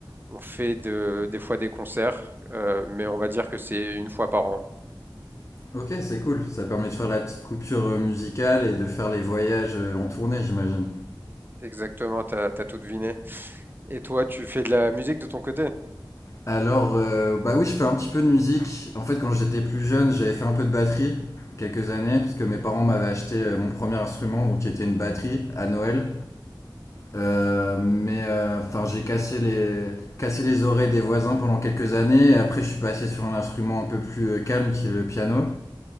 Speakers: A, on the right; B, on the left.
A: on fait de des fois des concerts, heu, mais on va dire que c'est une fois par an.
B: Ok, c'est cool. Ça permet de faire la petite coupure euh, musicale et de faire les voyages euh, en tournée, j'imagine.
A: Exactement, t'as as tout deviné et toi, tu fais de la musique de ton côté?
B: Alors, euh, bah oui, je fais un petit peu de musique. En fait, quand j'étais plus jeune, j'avais fait un peu de batterie quelques années, parce que mes parents m'avaient acheté euh, mon premier instrument, donc qui était une batterie à Noël. Euh, mais euh, enfin, j'ai cassé les cassé les oreilles des voisins pendant quelques années. Et après, je suis passé sur un instrument un peu plus euh, calme, qui est le piano.